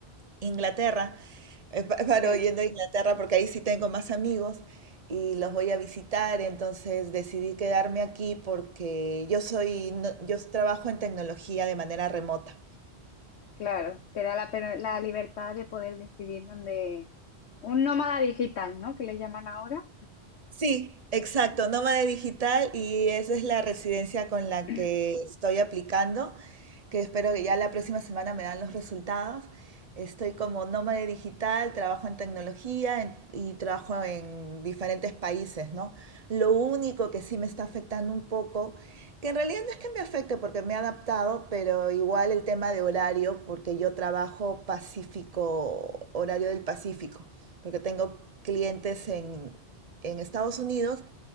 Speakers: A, on the right; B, on the left.
A: Inglaterra, eh, pa- <laughs> paro
B: sí.
A: yendo a Inglaterra porque ahí sí tengo más amigos y los voy a visitar, entonces decidí quedarme aquí porque yo soy, no- yo trabajo en tecnología de manera remota.
B: Claro, te da la, per- la libertad de poder decidir dónde... Un nómada digital, ¿no? Que le llaman ahora.
A: Sí, exacto, nómada digital y esa es la residencia con la
B: <clears throat>
A: que estoy aplicando, que espero que ya la próxima semana me dan los resultados. Estoy como nómade digital, trabajo en tecnología en- y trabajo en diferentes países, ¿no? Lo único que sí me está afectando un poco, que en realidad no es que me afecte porque me he adaptado, pero igual el tema de horario, porque yo trabajo Pacífico, horario del Pacífico, porque tengo clientes en, en Estados Unidos